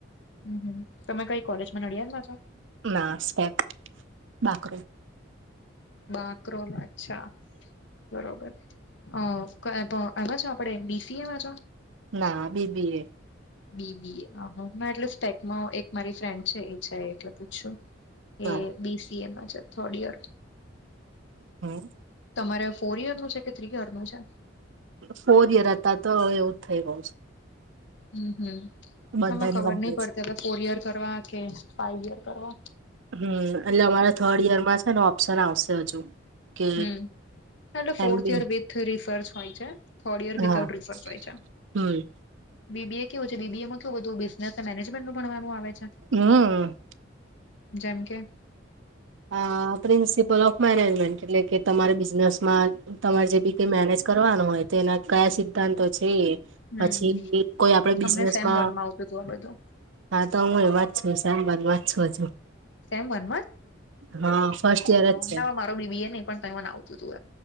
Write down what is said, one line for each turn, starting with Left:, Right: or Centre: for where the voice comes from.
Left: હમમ તમે કઈ કોલેજ માં નડિયા મા છો.
Right: નાસ્ક બાક.
Left: બાક્રોલ અચ્છા. બરોબર અ એમાં છે આપણે બીસી એ માં છો.
Right: ના બીબીએ.
Left: બીબીએ એટલેે ટેક મા એક મારી ફ્રેન્ડ છે એ છે એટલે પૂછું.
Right: બરા
Left: એ બીસીએ પાછળ થડ યર.
Right: હમ.
Left: તમારે ફોર ઇયર નું છે કે થ્રી યર નું છે.
Right: ફોર યર હતા તો એવુંજ થઇ ગયું છે.
Left: હમ હમ
Right: બધાની
Left: એમાં ખબર
Right: કમ્પલસ
Left: નહી પડતી હવે ફોર ઈયર કરવા કે ફાઈવ ઈયર કરવા.
Right: હમ એટલે અમારા થર્ડ ઈયરમાં છે ને ઓપ્શન આવશે હજુ. કે
Left: હમ. એટલે fourth
Right: એમ B
Left: year with research હોય છે થર્ડ યર
Right: હા
Left: વિધાઉટ રિસર્ચ હોય છે.
Right: હમ
Left: બીબી એ કેવું છે બીબી એમાં કેવું બધું બિઝનેસ મેનેજમેન્ટ નું ભણવાનું આવે છે.
Right: હમ.
Left: જેમ કે. હ.
Right: અ
Left: <unintelligible>
Right: પ્રિન્સિપલ ઓફ મેનેજમેન્ટ એટલે કે તમારે બિઝનેસમાં તમારે જે બી કઈ મેનેજ કરવાનું હોય. તેના કયા સિતા તોજ જઈએ.
Left: હમ
Right: પછી બી કોઈ આપડા
Left: તમને
Right: બિઝનેસમાં.
Left: સેમ વનમાં આવતું હતું આ બધું
Right: હા તો હું વાંચ છું શેમ વન વાંચ છું હજુ.
Left: સેમ વન
Right: હા ફર્સ્ટ યર જ છે
Left: ના <inaudible> મારો બીબી નહ પણ ત ના આવતું હતું એ.